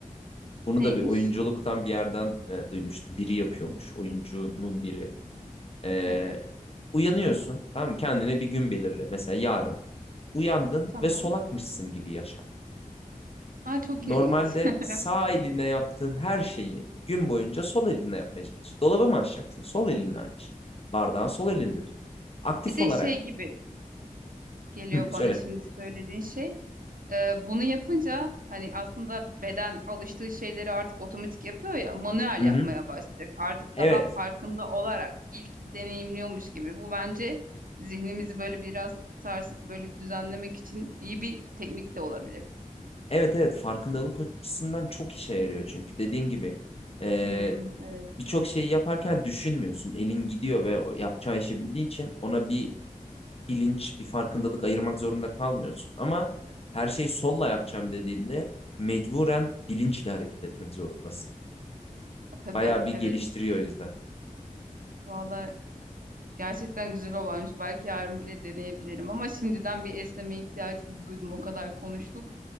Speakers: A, on the left (about 45°); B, on the right (about 80°).
A: Bunu
B: Neymiş?
A: da bir oyunculuktan bir yerden e, duymuştum. Biri yapıyormuş. Oyuncunun biri. E,
B: Evet
A: uyanıyorsun. Tamam mı? Kendine bir gün belirle. Mesela yarın. Uyandın
B: tamam.
A: ve solakmışsın gibi yaşa.
B: Aa, çok
A: Normalde
B: ilginç. <laughs>
A: sağ eline yaptığın her şeyi gün boyunca sol eline yapmaya çalış. Dolabı mı açacaksın? Sol elinle aç. Bardağı sol elinde tut. Aktif
B: Bir de
A: olarak.
B: şey gibi geliyor
A: Hı, söyle.
B: bana şimdi söylediğin şey. Ee, bunu yapınca hani aslında beden alıştığı şeyleri artık otomatik yapıyor ya manuel
A: Hı
B: yapmaya
A: hı.
B: başlayacak. Artık
A: Evet.
B: daha farkında olarak ilk deneyimliyormuş gibi. Bu bence zihnimizi böyle birazcık sarsıp böyle düzenlemek için iyi bir teknik de olabilir.
A: Evet evet farkındalık açısından çok işe yarıyor çünkü dediğin gibi e,
B: Hmm, evet
A: birçok şeyi yaparken düşünmüyorsun. Elin gidiyor ve o yapacağı işi bildiği için ona bir bilinç, bir farkındalık ayırmak zorunda kalmıyorsun. Ama her şeyi solla yapacağım dediğinde mecburen bilinçle hareket etmek zorundasın.
B: tabii
A: Bayağı bir
B: evet.
A: geliştiriyor o yüzden.
B: Valla gerçekten güzel olaymış. Belki yarın bile deneyebilirim ama şimdiden bir esneme ihtiyacı da duydum. O kadar konuştuk.